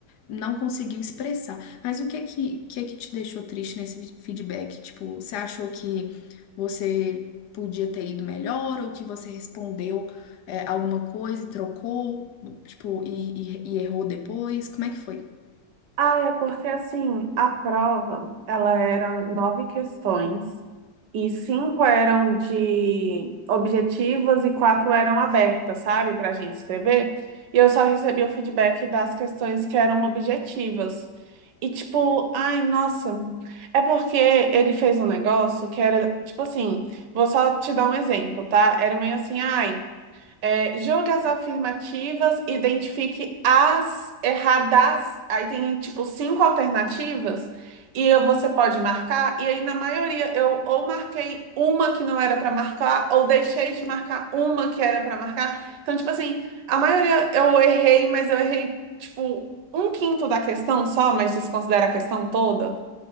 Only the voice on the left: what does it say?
não conseguiu expressar. Mas o que é que, que é que te deixou triste nesse feedback? Tipo, você achou que você podia ter ido melhor ou que você respondeu, é, alguma coisa e trocou, tipo, e, e e errou depois? Como é que foi?